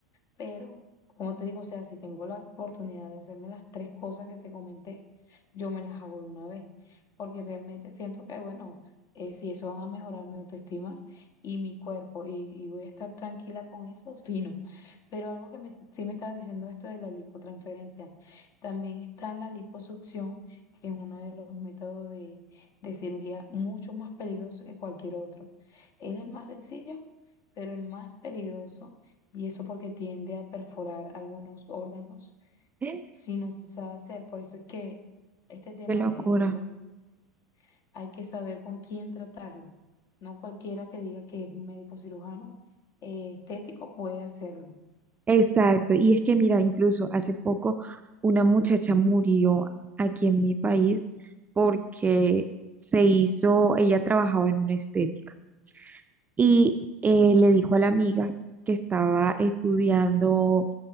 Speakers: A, on the left; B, on the right.
A: Pero, como te digo, o sea, si tengo la oportunidad de hacerme las tres cosas que te comenté, yo me las hago de una vez, porque realmente siento que, bueno, eh, si eso van a mejorar mi autoestima y mi cuerpo y, y voy a estar tranquila con eso, <laughs> fino. Pero algo que me, sí me estabas diciendo esto de la lipotransferencia, también está la liposucción, que es uno de los métodos de, de cirugía mucho más peligroso que cualquier otro. Es el más sencillo, pero el más peligroso y eso porque tiende a perforar algunos órganos
B: <gasps> Qué
A: si no se sabe hacer. Por eso es que este tema
B: locura.
A: de la cirugía hay que saber con quién tratarlo. No cualquiera que diga que es un médico cirujano eh, estético puede hacerlo.
B: Exacto. Y es que, mira, incluso hace poco una muchacha murió aquí en mi país porque se hizo, ella trabajaba en una estética y eh, le dijo a la amiga que estaba estudiando